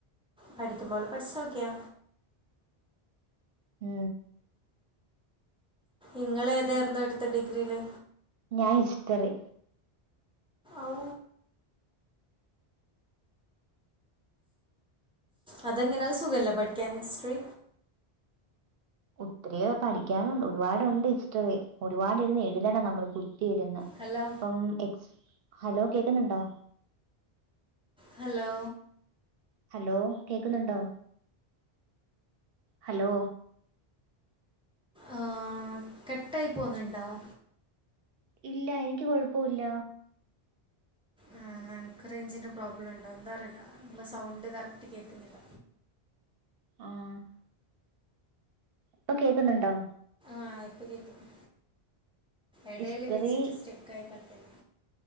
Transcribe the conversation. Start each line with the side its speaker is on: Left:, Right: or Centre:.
Centre: പഠിക്കുമ്പോലെ പഠിച്ചോക്യേ
Right: ഉം
Centre: ഇങ്ങളേതേര്ന്നെട്ത്ത ഡിഗ്രിയില്?
Right: ഞാൻ ഹിസ്റ്ററി.
Centre: ഔ അതെങ്ങനെ അത് സുഖല്ലെ പഠിക്കാൻ ഹിസ്ട്രി?
Right: ഒത്തിരിയോ പഠിക്കാനുണ്ട് ഒരുപാടുണ്ട് ഹിസ്റ്ററി ഒരുപാടിരുന്നെഴുതണം നമ്മള് കു തിരുന്ന്
Centre: ഹലോ
Right: പ്പം എക്സ് ഹലോ കേക്ക്ന്ന്ണ്ടോ?
Centre: ഹലോ?
Right: ഹലോ കേക്ക്ന്ന്ണ്ടോ ഹലോ?
Centre: ആ കെട്ടായി പോന്ന്ണ്ടാേ?
Right: ഇല്ല എനിക്ക് കൊഴപ്പൂല്ല
Centre: ആ ഇന്നൻക്ക് റേഞ്ചിന്റെ പ്രോബ്ലണ്ടോ എന്താ അറീല്ല നിങ്ങെളെ സൗണ്ട് കറക്റ്റ് കേക്ക്ന്നില്ല.
Right: ആഹ് ഇപ്പ കേക്കുന്നുണ്ടോ?
Centre: ആ യിപ്പകേക്ക്ന്ന് എടേല്
Right: ഹിസ്റ്ററി
Centre: വെച്ചിട്ട് സ്റ്റെക്കായി കളിക്കുന്നു.